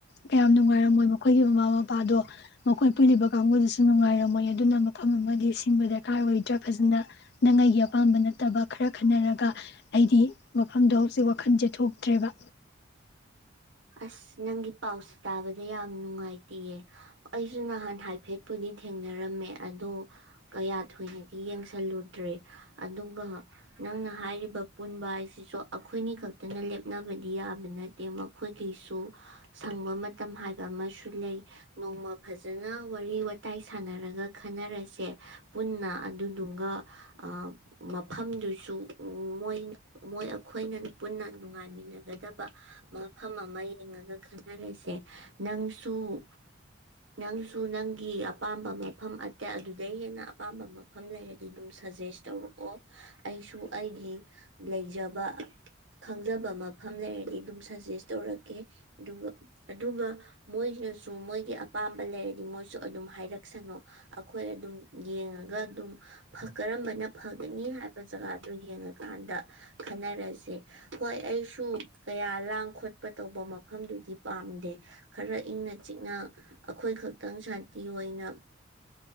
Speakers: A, on the left (about 55°); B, on the right (about 70°).
A: ꯀꯌꯥꯝ ꯅꯨꯡꯉꯥꯏꯔꯝꯃꯣꯏ ꯃꯈꯣꯏꯒꯤ ꯃꯃꯥ ꯃꯄꯥꯗꯣ ꯃꯈꯣꯏ ꯄꯨꯜꯂꯤꯕ ꯀꯥꯡꯕꯨꯗꯨꯁꯨ ꯨ ꯅꯨꯡꯉꯥꯏꯔꯝꯃꯣꯏ ꯑꯗꯨꯅ ꯃꯐꯝ ꯑꯃꯒꯤ ꯁꯤꯟꯕ ꯗꯔꯀꯥꯔ ꯑꯣꯏꯗ꯭ꯔꯥ ꯐꯖꯅ ꯅꯪ ꯑꯩꯒꯤ ꯑꯄꯥꯝꯕ ꯅꯠꯇꯕ ꯈꯔ ꯈꯟꯅꯔꯒ ꯑꯩꯗꯤ ꯃꯐꯝꯗꯣ ꯍꯧꯖꯤꯛ ꯋꯥꯈꯜꯁꯦ ꯊꯣꯛꯇ꯭ꯔꯦꯕ
B: ꯑꯁ ꯅꯪꯒꯤ ꯄꯥꯎꯁꯦ ꯇꯥꯕꯗ ꯌꯥꯝ ꯅꯨꯡꯉꯥꯏꯇꯦꯌꯦ ꯑꯩꯁꯨ ꯅꯍꯥꯟ ꯍꯥꯏꯐꯦꯠꯄꯨꯗꯤ ꯊꯦꯡꯅꯔꯝꯃꯦ ꯑꯗꯣ ꯀꯌꯥ ꯊꯣꯏꯅꯗꯤ ꯌꯦꯡꯁꯜꯂꯨꯗ꯭ꯔꯦ ꯑꯗꯨꯒ ꯅꯪꯅ ꯍꯥꯏꯔꯤꯕ ꯄꯨꯟꯕ ꯍꯥꯏꯁꯤꯁꯨ ꯑꯩꯈꯣꯏꯅꯤ ꯈꯛꯇꯅ ꯂꯦꯞꯅꯕꯗꯤ ꯌꯥꯕ ꯅꯠꯇꯦ ꯑꯩꯈꯣꯏꯒꯤꯁꯨ ꯁꯪꯕ ꯃꯇꯝ ꯍꯥꯏꯕ ꯑꯃꯁꯨ ꯂꯩ ꯅꯣꯡꯃ ꯐꯖꯅ ꯋꯥꯔꯤ ꯋꯥꯇꯥꯏ ꯁꯥꯟꯅꯔꯒ ꯈꯟꯅꯔꯁꯦ ꯄꯨꯟꯅ ꯑꯗꯨꯗꯨꯒ ꯃꯐꯝꯗꯨꯁꯨ ꯃꯣꯏ ꯃꯣꯏ ꯑꯩꯈꯣꯏꯅ ꯄꯨꯟꯅ ꯅꯨꯡꯉꯥꯏꯃꯤꯟꯅꯒꯗꯕ ꯃꯐꯝ ꯑꯃ ꯌꯦꯡꯉꯒ ꯈꯟꯅꯔꯤꯁꯦ ꯅꯪꯁꯨ ꯅꯪꯁꯨ ꯅꯪꯒꯤ ꯑꯄꯥꯝꯕ ꯃꯐꯝ ꯑꯇꯩ ꯑꯗꯨꯗꯩ ꯍꯦꯟꯅ ꯑꯄꯥꯝꯕ ꯃꯐꯝ ꯂꯩꯔꯗꯤ ꯑꯗꯨꯝ ꯁꯖꯦꯁ ꯇꯧꯔꯛꯑꯣ ꯑꯩꯁꯨ ꯑꯩꯒꯤ ꯂꯩꯖꯕ ꯈꯪꯖꯕ ꯃꯐꯝ ꯂꯩꯔꯗꯤ ꯑꯗꯨꯝꯖ ꯁꯦꯁ ꯇꯧꯔꯛꯀꯦ ꯑꯗꯨꯒ ꯑꯗꯨꯒ ꯃꯣꯏꯅꯁꯨ ꯃꯣꯏꯒꯤ ꯑꯄꯥꯝꯕ ꯂꯩꯔꯗꯤ ꯃꯣꯏꯁꯨ ꯑꯗꯨꯝ ꯍꯥꯏꯔꯛꯁꯅꯨ ꯑꯩꯈꯣꯏ ꯑꯗꯨꯝ ꯌꯦꯡꯉꯒ ꯑꯗꯨꯝ ꯀꯔꯝꯕꯅ ꯐꯒꯅꯤ ꯍꯥꯏꯕ ꯖꯒꯥꯗꯨ ꯌꯦꯡꯉꯀꯥꯟꯗ ꯈꯟꯅꯔꯁꯦ ꯍꯣꯏ ꯑꯩꯁꯨ ꯀꯌꯥ ꯂꯥꯡ ꯈꯣꯠꯄ ꯇꯧꯕ ꯃꯐꯝꯗꯨꯗꯤ ꯄꯥꯝꯗꯦ ꯈꯔ ꯏꯪꯅ ꯆꯤꯛꯅ ꯑꯩꯈꯣꯏ ꯈꯛꯇꯪ ꯁꯥꯟꯇꯤ ꯑꯣꯏꯅ